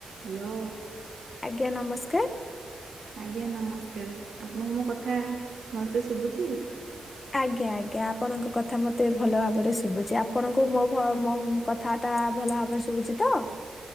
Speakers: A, on the right (about 70°); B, on the left (about 35°).
A: ହ୍ୟାଲୋ!
B: ଆଜ୍ଞା ନମସ୍କାର।
A: ଆଜ୍ଞା ନମସ୍କାର। ଆପଣଙ୍କୁ ମୋ କଥା ଭଲସେ ଶୁଭୁଛି?
B: ଆଜ୍ଞା ଆଜ୍ଞା ଆପଣଙ୍କ କଥା ମତେ ଭଲ ଭାବରେ ଶୁଭୁଛି ଆପଣଙ୍କୁ ମୋ ଭ ମୋ କଥା ଆତା ଭଲ ଭାବରେ ଶୁଭୁଛି ତ?